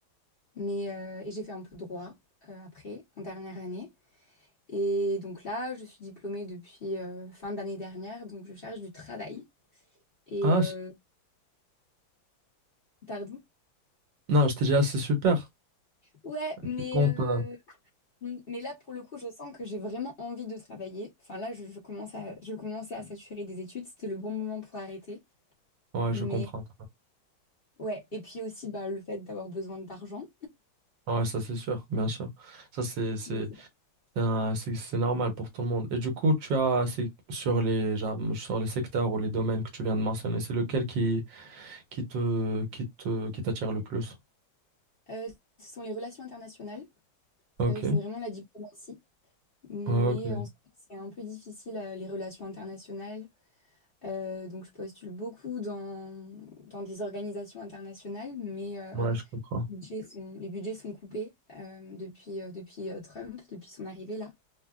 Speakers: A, on the left (about 35°); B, on the right (about 70°).
A: Mais, euh, et j'ai fait un peu de droit euh, après, en dernière année. Et donc là, je suis diplômée depuis euh, fin d'année dernière, donc je cherche du travail. Et
B: Ah,
A: euh,
B: c'est-
A: pardon.
B: non, je t'ai dit, ah, c'est super.
A: Ouais, mais,
B: Tu comptes.
A: euh,
B: euh,
A: mais là, pour le coup, je sens que j'ai vraiment envie de travailler. Enfin là, je, je commence à, je commençais à saturer des études. C'était le bon moment pour arrêter.
B: Ouais,
A: Mais
B: je comprends.
A: Ouais, et puis aussi bah, le fait d'avoir besoin d'argent.
B: Ouais, ça c'est sûr, bien sûr. Ça c'est c'est
A: Mais c'est pas-
B: c'est un- c'est- c'est normal pour tout le monde. Et du coup, tu as c'est sur les genre, sur les secteurs ou les domaines que tu viens de mentionner, c'est lequel qui qui te qui te qui t'attire le plus?
A: Euh, ce sont les relations internationales,
B: Ok,
A: Euh, c'est vraiment la diplomatie, mais
B: ok,
A: en soi, c'est un peu difficile euh, les relations internationales. Euh, donc je postule beaucoup dans, dans des organisations internationales, mais euh,
B: ouais, je comprends.
A: les budgets sont, les budgets sont coupés euh, depuis, euh, depuis euh, Trump, depuis son arrivée là.